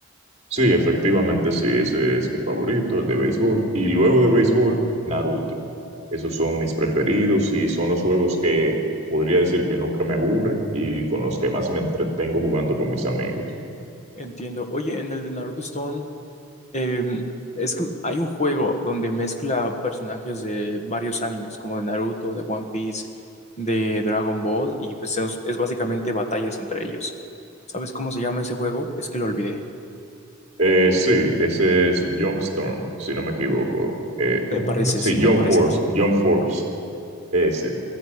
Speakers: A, on the right (about 30°); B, on the left (about 30°).
A: Sí, efectivamente sí, ese es mi favorito, el de béisbol. Y luego de béisbol, Naruto. Esos son mis preferidos y son los juegos que podría decir que nunca me aburren y con los que más me entretengo jugando con mis amigos.
B: Entiendo. Oye, en el de Naruto Stone, em, es que hay un juego donde mezcla personajes de varios animes, como de Naruto, de One Piece, de Dragon Ball, y pues es, es básicamente batallas entre ellos. ¿Sabes cómo se llama ese juego? Es que lo olvidé.
A: Eh, sí, ese es Jump Storm, si no me equivoco. Eh, ¿cómo
B: Me parece,
A: era? Sí,
B: sí, me
A: Jump
B: parece
A: Force,
B: que sí.
A: Jump Force. Ese,